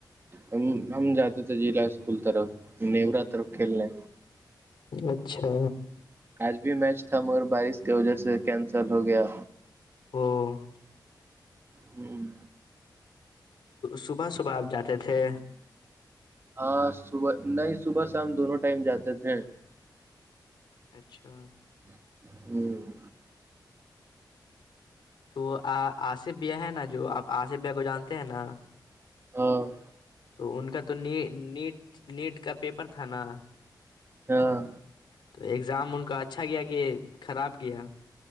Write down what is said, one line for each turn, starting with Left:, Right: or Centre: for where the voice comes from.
Right: ہم ہم جاتے تھے ضلع اسکول طرف نیورا طرف کھیلنے
Left: اچھا
Right: آج بھی میچ تھا مگر بارش کی وجہ سے کینسل ہو گیا
Left: او
Right: ہوں
Left: صبح صبح آپ جاتے تھے
Right: ہاں صبح نہیں صبح شام دونوں ٹائم جاتے تھے
Left: اچھا
Right: ہوں <inaudible>
Left: تو آصف بیا ہے نا جو آپ آصف بیا کو جانتے ہیں نا
Right: ہاں <inaudible>
Left: تو ان کا تو ن نیٹ نیٹ کا پیپر تھا نا
Right: ہاں
Left: تو ایگزام ان کا اچھا گیا کہ خراب گیا